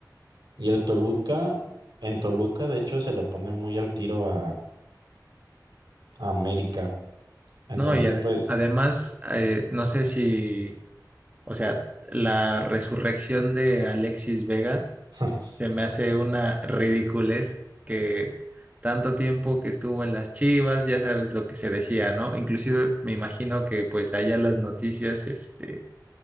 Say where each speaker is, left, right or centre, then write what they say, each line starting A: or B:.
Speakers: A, on the right; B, on the right.
A: Y el Toluca, en Toluca, de hecho, se le pone muy al tiro a, a América. Entonces,
B: No, y ad-
A: pues,
B: además, eh, no sé si, o sea, la resurrección de Alexis Vega
A: <laughs>
B: Se me hace una ridiculez que tanto tiempo que estuvo en las Chivas, ya sabes lo que se decía, ¿no? Inclusive me imagino que pues allá las noticias, este,